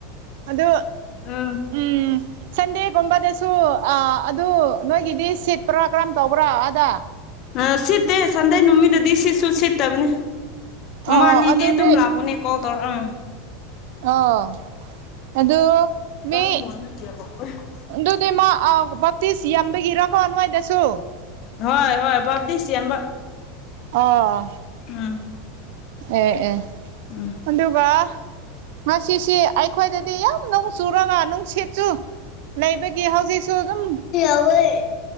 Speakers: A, on the right (about 60°); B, on the left (about 35°).
A: ꯑꯗꯨ
B: ꯎꯝ
A: ꯎꯝ ꯁꯟꯗꯦꯒꯨꯝꯕꯗꯁꯨ ꯑꯥ ꯑꯗꯨ ꯅꯣꯏꯒꯤꯗꯤ ꯁꯤꯠꯄ꯭ꯔꯥ ꯀꯔꯝ ꯇꯧꯕ꯭ꯔꯥ ꯑꯥꯗ
B: ꯑ ꯁꯤꯠꯇꯦ ꯁꯟꯗꯦ ꯅꯨꯃꯤꯠꯗꯗꯤ ꯁꯤꯠꯁꯨ ꯁꯤꯠꯇꯕꯅꯦ
A: ꯑꯣ
B: ꯃꯥꯅꯤꯗꯤ
A: ꯑꯗꯨꯗꯤ
B: ꯑꯗꯨꯝ ꯂꯥꯛꯄꯅꯦ ꯀꯣꯜ ꯇꯧꯔꯛ ꯑꯥ
A: ꯑꯥ ꯑꯗꯨ
B: <unintelligible>
A: ꯃꯤ ꯑꯗꯨꯗꯤ ꯃꯥ ꯑꯥ ꯕꯞꯇꯤꯁ ꯌꯥꯝꯕꯒꯤꯔꯀꯣ ꯅꯣꯏꯗꯁꯨ
B: ꯍꯣꯏ ꯍꯣꯏ ꯕꯥꯞꯇꯤꯁ ꯌꯥꯝꯕ
A: ꯑꯥ
B: ꯎꯝ
A: ꯑꯦ ꯑꯦ
B: ꯎꯝ
A: ꯑꯗꯨꯒ ꯉꯁꯤꯁꯤ ꯑꯩꯈꯣꯏꯗꯗꯤ ꯌꯥꯝ ꯅꯨꯡ ꯆꯨꯔꯒ ꯅꯨꯡꯁꯤꯠꯁꯨ ꯂꯩꯕꯒꯤ ꯍꯧꯖꯤꯛꯁꯨ ꯑꯗꯨꯝ
B: ꯇꯧꯌꯦ